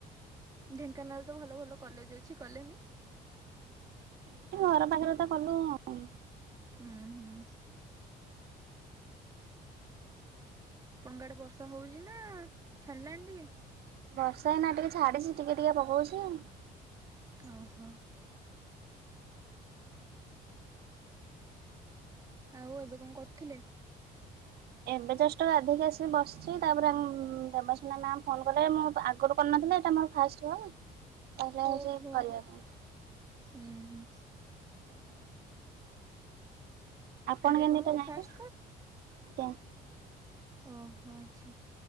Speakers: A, on the right (about 20°); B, on the right (about 70°).
A: ଢେଙ୍କାନାଳ ତ ଭଲ ଭଲ କଲେଜ ଅଛି କଲେନି?
B: ଏଇଠି ଘର ପାଖରେ ତ କଲୁ ଆଉ।
A: ଉଁ ହୁଁ। ଣଙ୍କ ଆଡେ ବର୍ଷା ହୋଉଛି ନା ଛାଡିଲାଣି ଟିକେ?
B: ବର୍ଷା ଏଇନା ଟିକେ ଛାଡିଚି ଟିକେ ଟିକେ ପକଉଛି ଆଉ।
A: ଅ ହୋ ଆଉ ଏବେ କଣ କରୁଥିଲେ?
B: ଏବେ ଜଷ୍ଟ ଗାଧେଇକି ଆସିକି ବସିଛି ‌ ତା ପରେ ଉଁ ଦେବସ୍ମିତା ମାମ୍ ଫୋନ୍ କଲେ ମୁଁ ପା ଆଗରୁ କରିନଥିଲି ଏଇଟା ମୋ ଫାଷ୍ଟ କଲ୍? କହିଲେ ହଉଛି
A: ଉଁ ହୁଁ
B: କରିବା ପାଇଁ
A: ହୁଁ ଉଁ
B: <unintelligible> ଆପଣ କେମିତି
A: ଆପଣଙ୍କର
B: ଏଇଟା ଜାଣିଲେ।
A: ଫାଷ୍ଟ ଓ ହୋ ଆଚ୍ଛା।